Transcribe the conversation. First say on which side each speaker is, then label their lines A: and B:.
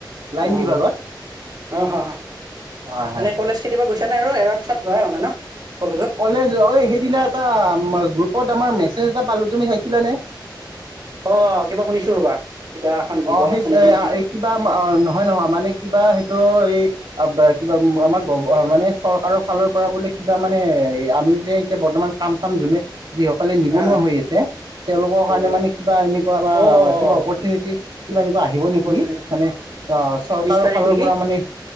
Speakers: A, on the right (about 80°); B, on the right (about 60°).
A: লাইন
B: উম
A: বিভাগত
B: অ হ
A: হয় হয়
B: এনে কলেজ কেতিয়াবা গুছা নাই আৰু এৰা পিছত যোৱাই হয় নই ন কলেজত
A: কলেজ অ সেইদিনা এ গ্ৰুপত আমাৰ মেছেজ এটা পালো তুমি চাইছিলানে
B: অ কিবা শুনিছো ৰবা কিবা এখন দিৱস
A: অ', সেই
B: আছে
A: সেয়া
B: নেকি নেকি
A: কিবা মানৰ, হয়-নহয় মানে কিবা সেইটো, এই কিবা আমাৰ মানে চৰকাৰৰ ফালৰ পৰা বোলে কিবা মানে আমি যে এতিয়া বৰ্তমান কাম-চাম যোনে যিসকলে নিবনুৱা
B: হা
A: হৈ আছে, তেওঁলোকৰ কাৰণে
B: অ
A: মানে কিবা এনেকুৱা বা,
B: অ অ
A: কিবা অপৰচুনিটি কিবা এনেকুৱা আহিব নেকি?
B: অপৰচুনিটি
A: মানে অ', চৰকাৰৰ
B: বিশ তাৰিখ
A: ফালৰ
B: নেকি
A: পৰা মানে